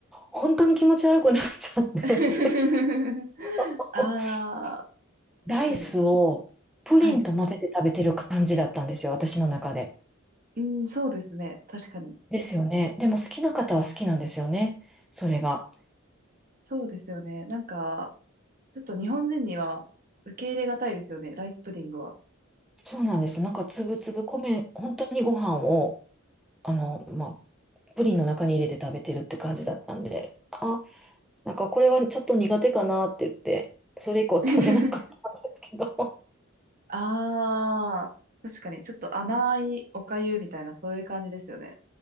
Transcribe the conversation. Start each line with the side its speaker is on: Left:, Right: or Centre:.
Centre: 本当に気持ち悪くなっちゃって、
Right: <laughs>
Centre: <laughs>
Right: ああ、確かに。
Centre: ライスをプリンと混ぜて食べてる感じだったんですよ、
Right: はい。
Centre: 私の中で。
Right: うん、そうですね。確かに。
Centre: ですよね。でも好きな方は好きなんですよね、それが。
Right: そうですよね。なんか、ちょっと日本人には受け入れがたいですよね、ライスプディングは。
Centre: そうなんです。なんかつぶつぶ米、本当にご飯を、あの、まあ、プリンの中に入れて食べてるって感じだったんで、あなんかこれはちょっと苦手かなって言って、それ以降食べなかっ
Right: <laughs>
Centre: たけど。<laughs>
Right: ああ、確かに、ちょっと甘いおかゆみたいな、そういう感じですよね。